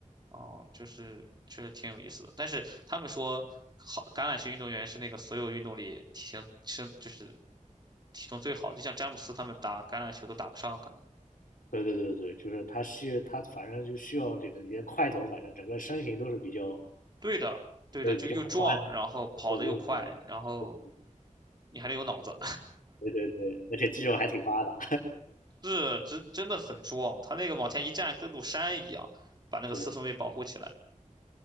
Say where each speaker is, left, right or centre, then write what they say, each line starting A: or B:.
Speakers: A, on the right; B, on the left.
A: 哦，就是确实挺有意思的。但是他们说，好橄榄球运动员是那个所有运动里体型身就是体重最好的，就像詹姆斯他们打橄榄球都打不上，可能。
B: 对对对对，就是他需他反正就需要这个你的块头，反正整个身形都是比较
A: 对的，对的，
B: 对比较宽的，
A: 就又壮，然后跑得又快，
B: 对又这样，
A: 然后
B: 对
A: 你还得有脑子，
B: 对对对，而且肌肉还挺发达，
A: <laughs> 是真真的很壮。他那个往前一站，跟座山一样，
B: <laughs>
A: 把那个四分卫保护起来
B: 是的。